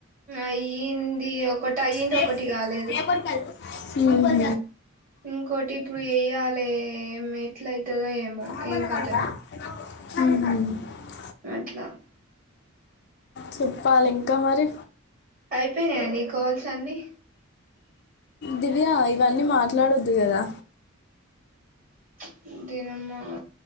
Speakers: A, on the right; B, on the left.
A: అయ్యింది ఒకటి అయ్యింది
B: రేప్
A: ఒకటి కాలేదు
B: రేపటికదీ ఊహూ
A: ఇంకోటి ఇప్పుడు ఎయ్యాలే ఏం ఎట్ల అయితదో ఏమో
B: ఉహు
A: ఏం కథనో అట్లా
B: చెప్పాలి ఇంకా మరి
A: అయిపోయినాయా నీ కాల్స్ అన్నీ
B: దివ్యా ఇవన్నీ మాట్లాడొద్దు కదా
A: <inaudible> దినమ్మా